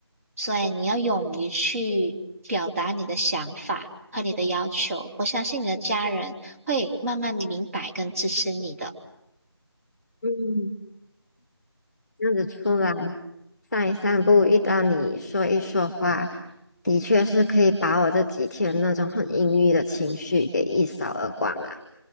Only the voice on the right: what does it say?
所以你要勇于去表达你的想法和你的要求。我相信你的家人会慢慢明白跟支持你的。